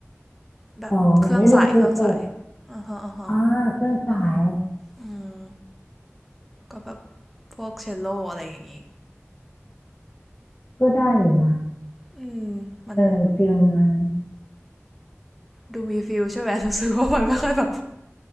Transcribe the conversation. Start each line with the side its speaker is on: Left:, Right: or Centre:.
Centre: แบบเครื่องสายเครื่องสาย
Left: อ๋ออย่างได้ดนตรีสด
Centre: อ่าฮะอ่าฮะ
Left: อ่าเครื่องสาย
Centre: อืมก็แบบพวกเชลโลอะไรอย่างงี้
Left: ก็ได้อยู่นะ
Centre: อืมมัน
Left: เออฟิลงาน
Centre: ดูมีฟิลใช่ไหมรู้สึกว่ามันไม่ค่อยแบบ